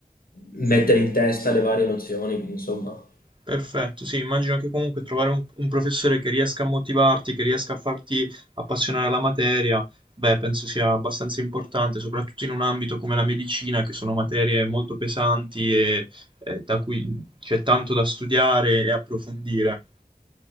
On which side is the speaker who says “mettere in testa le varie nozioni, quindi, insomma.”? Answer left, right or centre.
Left